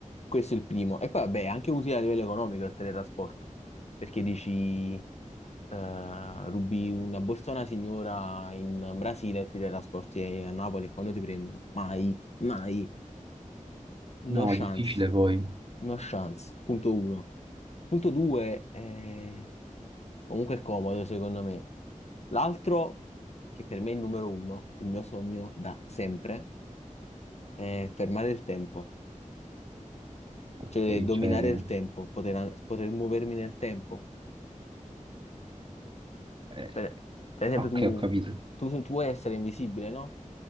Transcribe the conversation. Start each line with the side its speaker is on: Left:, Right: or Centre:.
Left: Questo è il primo. E poi vabbè, è anche utile a livello economico il teletrasporto, perché dici, eh, rubi una borsa a una signora in Brasile e ti teletrasporti a Napoli e quando ti prendono? Mai, mai, no
Right: No,
Left: chance,
Right: è difficile poi.
Left: no chance. Punto uno. Punto due, eh, Comunque è comodo secondo me. L'altro, che per me è il numero uno, il mio sogno da sempre, è fermare il tempo,
Right: Ok,
Left: cioè dominare
Right: cioè...
Left: il tempo, poter, an- poter muovermi nel tempo.
Right: eh,
Left: Per, per esempio,
Right: ok,
Left: tu,
Right: ho capito.
Left: tu, tu vuoi essere invisibile, no?